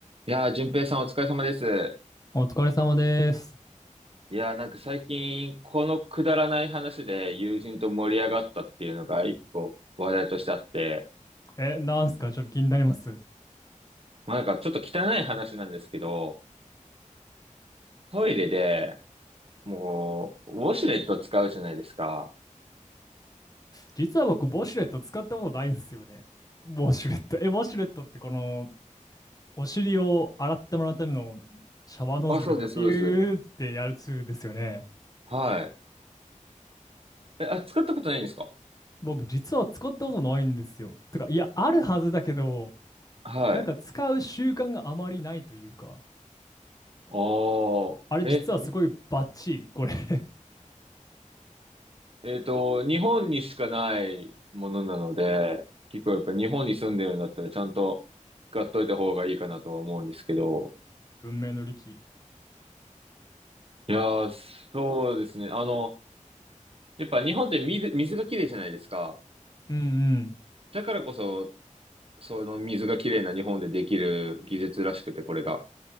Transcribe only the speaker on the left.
お疲れ様です。
え、なんすかちょっと気になります。
実は僕、ウォシュレット使ったことないんですよね。ウォシュレット。え、ウォシュレットってこの、お尻を洗ってもらうためのシャワーノズルかしらピューってやるツールですよね。
僕、実は使ったことないんですよ。てか、いや、あるはずだけど、
なんか使う習慣があまりないというか、
あれ実はすごいバッチリ、
これ <laughs>
文明の利器。
うん